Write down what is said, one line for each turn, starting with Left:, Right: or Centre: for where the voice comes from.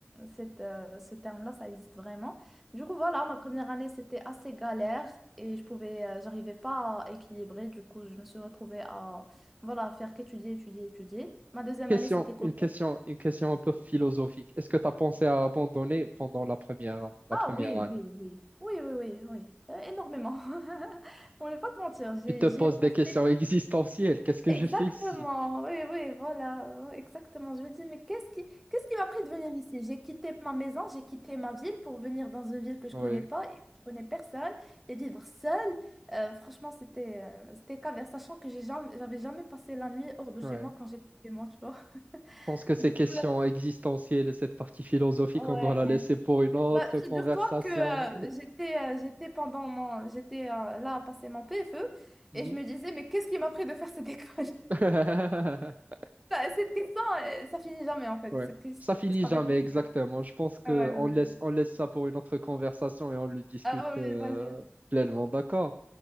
Centre: cette, euh, ce terme-là, ça existe vraiment. Du coup, voilà, ma première année, c'était assez galère et je pouvais, euh, j'arrivais pas à équilibrer. Du coup, je me suis retrouvée à, voilà, faire qu'étudier, étudier, étudier. Ma deuxième
Right: Question,
Centre: année, c'était Covid.
Right: une question, une question un peu philosophique. Est-ce que tu as pensé à abandonner pendant la première, la
Centre: Ah
Right: première
Centre: oui,
Right: année?
Centre: oui, oui. Oui, oui, oui, oui. Euh, énormément. <laughs> On ne va pas te mentir, j'y
Right: Tu te poses
Centre: j'y ai pensé.
Right: des questions <laughs> existentielles. Qu'est-ce que
Centre: Exactement,
Right: je fais ici?
Centre: oui, oui, voilà, oui, exactement. Je me dis, mais qu'est-ce qui, qu'est-ce qui m'a pris de venir ici? J'ai quitté ma maison, j'ai quitté ma ville pour venir dans une ville que je
Right: Oui,
Centre: connais pas et je connais personne et vivre seule. euh, franchement, c'était, euh, c'était caverne, sachant que j'ai jamais, j'avais jamais passé la nuit hors de chez
Right: ouais.
Centre: moi quand j'étais chez moi, tu vois. <laughs>
Right: Je pense que ces
Centre: Du
Right: questions
Centre: coup, là,
Right: existentielles et cette partie philosophique,
Centre: ouais.
Right: on doit la laisser pour une autre
Centre: Bah,
Right: conversation.
Centre: figure-toi que euh, j'étais, euh, j'étais pendant mon, j'étais euh, là à passer mon PFE
Right: Mhm.
Centre: et je me disais, mais qu'est-ce qui m'a pris de faire cette <laughs> école?
Right: <laughs>
Centre: Bah, cette question, euh, ça finit jamais en fait.
Right: Ouais.
Centre: Cette question
Right: Ça finit
Centre: disparaît
Right: jamais,
Centre: jamais.
Right: exactement. Je pense que
Centre: Ouais,
Right: on
Centre: ouais.
Right: laisse, on laisse ça pour une autre conversation et on le discute
Centre: Ah oui,
Right: euh,
Centre: vas-y.
Right: pleinement. D'accord.